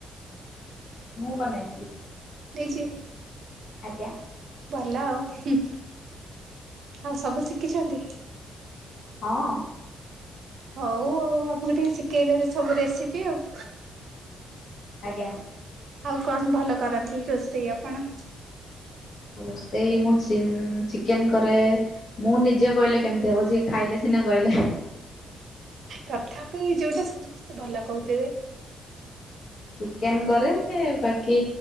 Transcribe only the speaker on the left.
ମୁଁ ବନେଇଥିଲି।
ଆଜ୍ଞା
ହଁ
ଆଜ୍ଞା
ରୋଷେଇ ମୁଁ ଚିନ୍ ଚିକେନ୍ କରେ। ମୁଁ ନିଜେ କହିଲେ କେମିତି ହବ। ଯିଏ ଖାଇଲେ ସିନା କହିଲେ
ଚିକେନ କରେ ବାକି